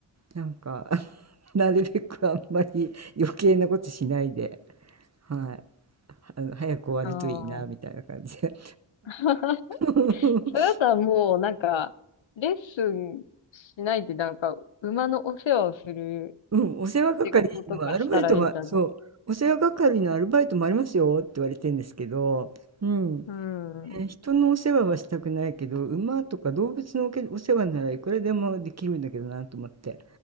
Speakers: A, on the right (about 35°); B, on the left (about 75°).
A: なんか、<laughs> なるべくあんまり余計なことしないで。はい。あの、早く終わるといいな、
B: ああ。
A: みたいな感じで。
B: <laughs>
A: <laughs>
B: それだったらもう、なんか、レッスンしないで、なんか、馬のお世話をする
A: うん、お世話係のアルバイトは、
B: 仕事とかしたらいいんじゃない
A: そう、お世話係のアルバイトもありますよって言われてるんですけど、うん。
B: うん。
A: えー人のお世話はしたくないけど、馬とか動物のおけお世話ならいくらでもできるんだけどなと思って。